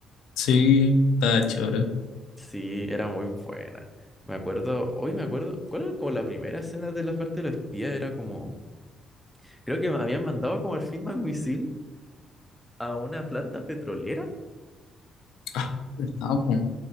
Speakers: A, on the left (about 90°); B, in the centre.
A: Sí, estaba choro.
B: Sí, era muy buena. Me acuerdo, hoy me acuerdo, ¿cuál era como la primera escena de la parte de los espías? Era como... Creo que me habían mandado como el Feedback Misil a una planta petrolera.
A: Ah, ¿verdad, po?